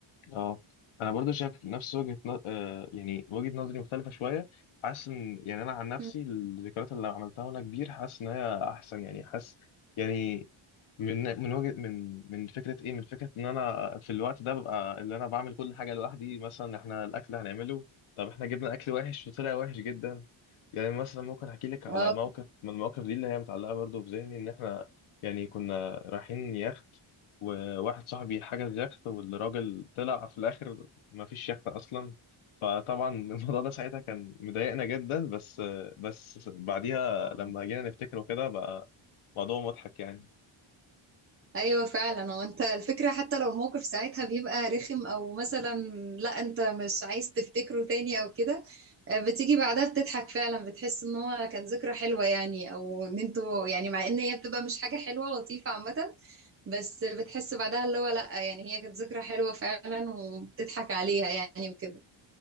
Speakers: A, on the left; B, on the right.
A: اه انا برضو شايف نفس وجهة ن... آه يعني وجهة نظري مختلفة شوية حاسس ان يعني انا عن نفسي
B: مم.
A: الذكريات اللي عملتها وانا كبير حاسس ان هي احسن يعني حاسس يعني من من وجهة من من فكرة ايه من فكرة ان انا في الوقت ده ببقى اللي انا بعمل كل حاجة لوحدي مثلا احنا الاكل هنعمله طب احنا جبنا اكل وحش وطلع وحش جدا يعني مثلا ممكن احكي لك على
B: اه
A: موقف من المواقف دي اللي هي متعلقة برضو في ذهني ان احنا يعني كنا رايحين يخت وواحد صاحبي حجز يخت والراجل طلع في الاخر ما فيش يخت اصلا فطبعا <laughs> الموضوع ده ساعتها كان مضايقنا جدا بس بس بعديها
B: مم.
A: لما جينا نفتكره كده بقى موضوع مضحك يعني
B: ايوه فعلا هو انت الفكره حتى لو الموقف ساعتها بيبقى رخم او مثلا لا انت مش عايز تفتكره تاني او كده آه، بتيجي بعدها بتضحك فعلا بتحس ان هو كان ذكرى حلوه يعني او ان انتوا يعني مع ان هي بتبقى مش حاجه حلوه لطيفه عامه بس بتحس بعدها اللي هو لا يعني هي كانت ذكرى حلوه فعلا وبتضحك عليها يعني وكده